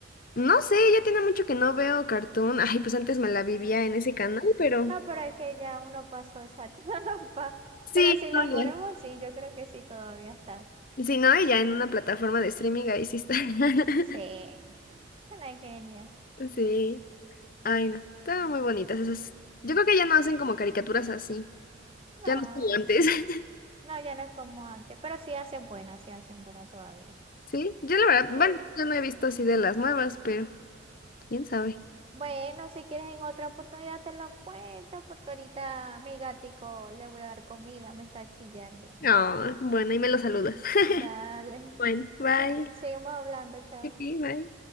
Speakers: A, on the left; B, on the right.
A: No sé, ya tiene mucho que no veo cartoon. Ay, pues antes me la vivía en ese canal, pero
B: No, pero es que ya uno pasó esa <laughs> etapa.
A: sí,
B: Pero si
A: no,
B: las
A: ya.
B: ponemos, sí, yo creo que sí todavía están.
A: Sí, no, y ya en una plataforma de streaming ahí sí está. <laughs>
B: Sí, se la ingenia.
A: Sí. Ay, no. Estaban muy bonitas esas. Yo creo que ya no hacen como caricaturas así. Ya
B: No,
A: no es como antes. <laughs>
B: no, ya no es como antes, pero sí hacen buena, sí hacen buena todavía.
A: Sí. Yo la verdad,
B: Sí.
A: bueno, yo no he visto así de las nuevas, pero quién sabe.
B: Bueno, si quieres en otra oportunidad te la cuento, porque ahorita mi gatico le voy a dar comida, me está chillando.
A: No, bueno, y me lo saludas. <laughs>
B: Dale.
A: Bueno, bye.
B: <laughs> Seguimos hablando, chao.
A: Pipi, Bye.